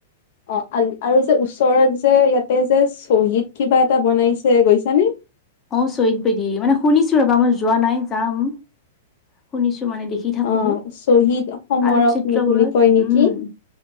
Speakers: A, on the left (about 55°); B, on the left (about 20°).
A: অ আৰু যে ওচৰত যে ইয়াতে যে শ্বহীদ কিবা এটা বনাইছে গৈছানে?
B: অ শ্বহীদ বেদী মানে শুনিছো ৰবা মই যোৱা নাই যাম। শুনিছো মানে দেখি থাকো
A: অ শ্বহীদ সমৰক
B: আলোকচিত্ৰবোৰত
A: বুলি কয় নেকি
B: উম।